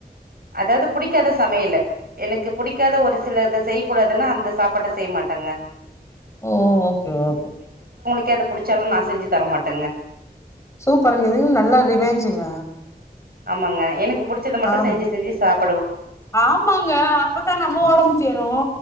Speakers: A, on the right; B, on the left.
A: அதாவது புடிக்காத சமையல எனக்கு புடிக்காத ஒரு சிலது செய் கூடாதுன்னா அந்த சாப்பாட்ட செய்ய மாட்டாங்க
B: ஓ ஓகே ஓகே
A: கே எத புடிச்சாலு நா செஞ்சு தரமாட்டங்க
B: சூப்பர்ங்க இதுங்க நல்லா ரிவேஞ்சுங்க
A: ஆமாங்க எனக்கு புடிச்சத மட்டு
B: ஆமா
A: செஞ்சு செஞ்சு சாப்
B: ஆமாங்க அப்பதா நம்ம ஒடம்பு தேரு